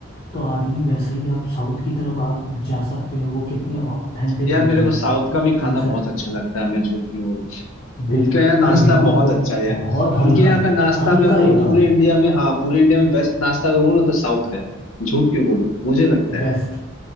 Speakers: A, on the left; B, on the left.
A: तो आदमी वैसे ही आप साउथ की तरफ आप जा सकते हो वो कितने ऑथेंटिक
B: यार
A: होते
B: मेरे
A: हैं
B: को साउथ का भी खाना
A: इनसे
B: बहुत अच्छा लगता है मैं झूठ क्यों बोलूं
A: बिल
B: उनके यहाँ नाश्ता
A: अरे बिल्कुल
B: बहुत
A: वो
B: अच्छा है यार
A: बहुत हल्का
B: उनके यहाँ का नाश्ता
A: हल्का
B: मैं बोलूँ
A: एकदम
B: पूरे इंडिया में हाँ पूरे इंडिया में बेस्ट नाश्ता अगर बोलूँ तो साउथ का है झूठ क्यों बोलूं मुझे लगता
A: बेस्ट
B: है